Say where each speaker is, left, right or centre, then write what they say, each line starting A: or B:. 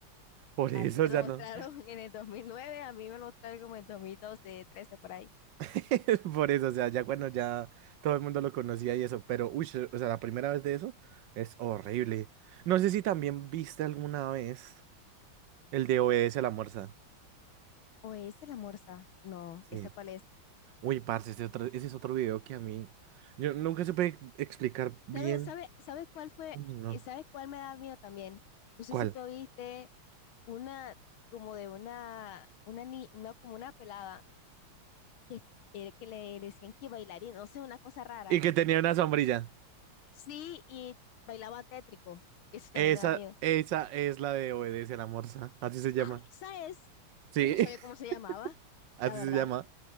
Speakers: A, on the right (about 70°); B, on the left (about 80°).
A: por
B: a
A: eso
B: ti te
A: ya
B: lo mostraron
A: no.
B: <laughs> en el 2009, a mí me lo mostraron como en 2012, 13, por ahí.
A: <laughs> Por eso, o sea, ya cuando ya todo el mundo lo conocía y eso. Pero, uy, se- o sea, la primera vez de eso es horrible. No sé si también viste alguna vez el de OBS a la Morsa.
B: ¿O es el Amorza? No, ¿esa
A: Sí.
B: cuál es?
A: Uy, parce, ese, otro- ese es otro video que a mí. Yo nunca supe explicar bien.
B: ¿Sabes, sabe, sabes cuál fue?
A: Uy, no.
B: eh, ¿Sabes cuál me da miedo también? No sé
A: ¿Cuál?
B: si tú viste una como de una, una, ni- una como una pelada que, eh, que le decían que bailaría, no sé, una cosa rara.
A: Y que tenía una sombrilla.
B: Sí, y bailaba tétrico. Eso también
A: Esa,
B: me da miedo.
A: esa es la de Obedece a la Morsa. Así se llama.
B: Ah, esa es.
A: Sí,
B: Yo no sabía cómo se llamaba,
A: <laughs> así
B: la verdad.
A: se llama.